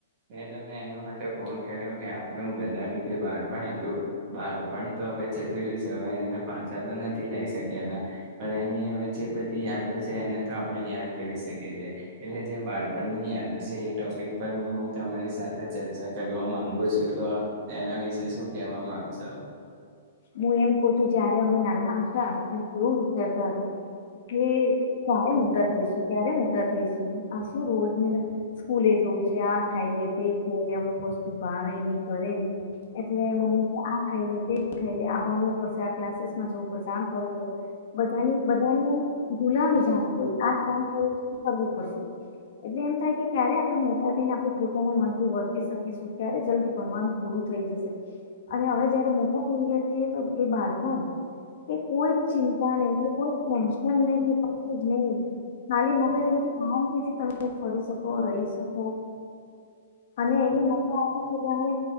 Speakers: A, on the right (about 25°); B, on the left (about 45°).
A: મેં તમને એના માટે ફોન કર્યો કે આપણું બધાનું જે બાળપણ હતું બાળપણ તો હવે જતું રહેશે હવે એને પાછા તો નથી લઈ શક્યા એમાં પણ એની હવે જે બધી યાદો છે એને તો આપણે યાદ કરી શકીએ એટલે જે બાળપણની યાદ છે એ ટોપિક પર હું તમારી સાથે ચર્ચા કરવા માંગુ છું તો એના વિશે શું કેવા માંગશો
B: હું એમ કહ છું જય્યારે અમે નાના હતા ત્યાર રે કેવુ <inaudible> કે કારે મોટા થઈસું ક્યારે મોટા થ થસુ આ શું રોજ ને સ્કૂલે જવું છે આ ખાઈલે તે ખાઈલે તે અમુક <inaudible> ભાવે ન કરે નય એટલે મમ્મી જે આ ખાઈ લે તે આ ભણવું પડશે આ ક્લાસીસમાં જવું પડશે આમ <unintelligible> પડશે બધાની બધાની એમ ગુલામી જાણે કોઈ આ કામ કર કરવું પડશે એટલે એમ થાય કે ક્યારે આપણે મોટા થઈને આપણે પોતાના મનથી વર્તી શકીશું ક્યારે જલ્દી ભણવાનું પૂરું થઈ જશે અને હવે જયારે થઈ ગયા છી તો એ બાળપણ એ કોઈ ચિંતા નહી કે કોઈ ટેન્શન નહી કે નહી ખાલી મગજ કે કામ કેથી તમે ફરી શકો રહી શકો અને એવી મજા આવે કે જાણે